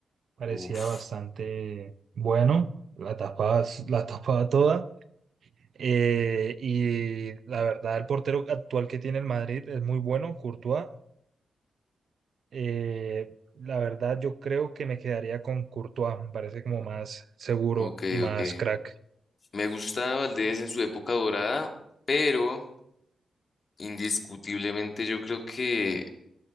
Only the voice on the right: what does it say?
parecía
bastante bueno, la tapaba, <laughs> la tapaba toda. Eh, y la verdad, el portero actual que tiene el Madrid es muy bueno, Courtois. Eh, la verdad, yo creo que me quedaría con Courtois, me parece como más seguro
y más
crack.